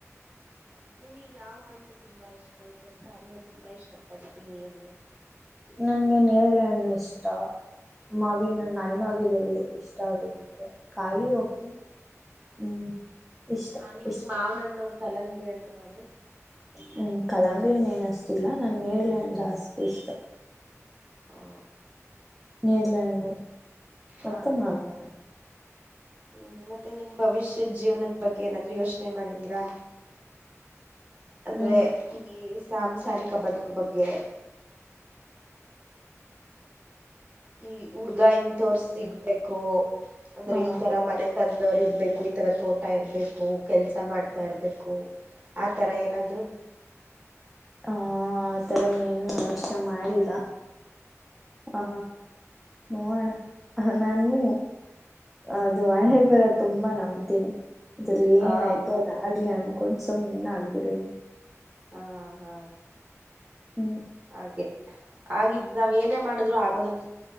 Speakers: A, on the right; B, in the centre.
A: ನಿಮಿಗ್ ಯಾವ ಹಣ್ಣ್ ತುಂಬಾ ಇಷ್ಟ ಈತರದ್ ಹಣ್ಣು ತುಂಬ ಇಷ್ಟ ಪಡ್ತೀನಿ ಅಂದ್ರೆ.
B: ನನ್ಗೆ ನೇರಳೆ ಹಣ್ಣು ಇಷ್ಟ. ಮಾವಿನ್ ಹಣ್ಣು ಹಾಣ್ಣಾಗಿರೋದು ಇಷ್ ಟ ಆಗುತ್ತೆ ಕಾಯಿ ಓಕೆ ಹ್ಮ್ ಇಷ್ಟ
A: ಹ ನಿಮಗ್
B: ಇಷ್ಟ
A: ಮಾವಿನಣ್ಣು ಕಲಂಗಡಿ ಹಣ್ಣು ಅದು
B: ಹ್ಮ್ ಕಲಂಗಡಿಯೇನ್ ಏನಷ್ಟ ತಿನ್ನಲ್ಲ ನಂಗ್ ನೇಡ್ಲನ್ ಜಾಸ್ತಿ ಇಷ್ಟ
A: ಹ
B: ನರ್ಲೆಣ್ ಮತ್ತೆ
A: ಹ
B: ಮಾವಿನ
A: ಹ್ಮ್ ಮತ್ತೆ ನಿಮ್ ಭವಿಷ್ಯದ ಜೀವನದ ಬಗ್ಗೆ ಏನಾದ್ರೂ ಯೋಚನೆ ಮಾಡಿದ್ದೀರಾ? ಅಂದ್ರೆ
B: ಹ್ಮ್
A: ಈ ಸಾಂಸಾರಿಕ ಬದುಕು ಇ ಬಗ್ಗೆ ಈ ಹುಡ್ಗಾ ಹಿಂಗ ತೋರ್ ಸಿಗ್ಬೇಕು‌. ಗ ಅಂದ್ರೆ
B: ಆ
A: ಈ ತರ ಮನೆ ತಂದವರು ಇರ್ಬೇಕು ಈ ತರ ತೋಟ ಇರ್ಬೇಕು ಕೆಲ್ಸ ಮಾಡ್ತಾ ಇರ್ಬೇಕು. ಆ ತರ ಏನಾದ್ರು
B: ಹ ಆತರ ಏನು ಯೋಚನೆ ಮಾಡಿಲ್ಲ. ಹಾ ನೋಣ ನಾನು ಅದು ಹಣೆ ಬರ ತುಂಬಾ ನಂಬ್ತೀನಿ. ಅಲ್ಲಿ
A: ಹಾ
B: ಏನಾಯ್ತು ಅದ ಆ ಅನ್ ಕೊಸ ಮುನ್ನ ಆಗ್ ಬಿಡಿ
A: ಹಾ ಹಾ
B: ಹ್ಮ್
A: ಹಾಗೆ ಹಾಗಿದ್ ನಾವ್ ಏನೇ ಮಾಡಿದ್ರು ಆಗೋದಂತ.